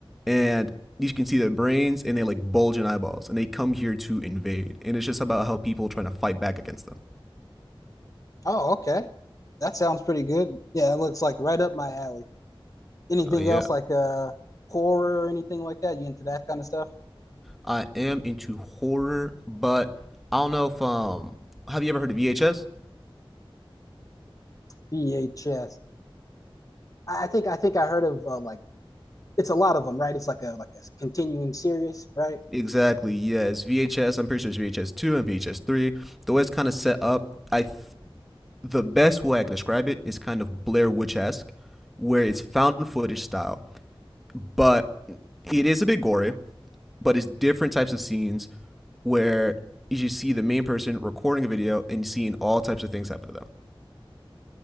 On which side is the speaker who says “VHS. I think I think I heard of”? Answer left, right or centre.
Left